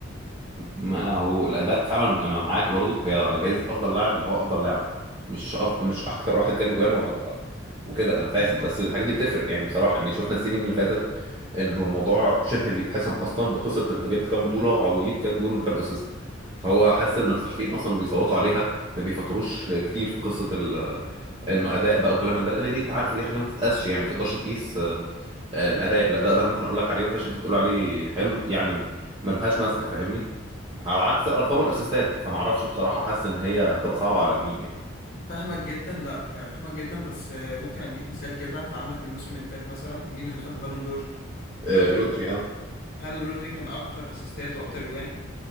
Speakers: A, on the right; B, on the left.
A: ما هو الاداء فعلا انا معاك برضو هي جايزه افضل لاعب اللي هو افضل لاعب مش افضل مش اكتر واحد جاب جوان و... وكده انا فاهم
B: بالظبط
A: بس الحاجات دي بتفرق يعني بصراحه يعني شفنا السنين اللي فاتت انه الموضوع شبه بيتحسم اصلا بقصه انت جبت كام بطوله وليك كام جون وكام اسيست فهو حاسس ان الصحفيين اصلا اللي بيصوتوا عليها ما بيفكروش كتير في قصه ال... انه اداء بقى وكلام من ده لان دي انت عارف دي حاجه ما تتقاسش يعني ما تقدرش تقيس آه، الاداء الاداء ده انا ممكن اقول لك عليه وحش انت تقول عليه حلو يعني ملهاش ماسكه فاهمني على عكس ارقامه الاسيستات فمعرفش بصراحه حاسس ان هي هتبقى صعبه على مين يعني
B: فاهمك جدا لا آه، فاهمك جدا بس آه، ممكن اديك مثال كده انت عندك الموسم اللي فات مثلا مين اللي خد البالون دور
A: آه
B: رودري
A: رودري اه
B: هل رودري كان اكتر اسيستات واكتر اجوان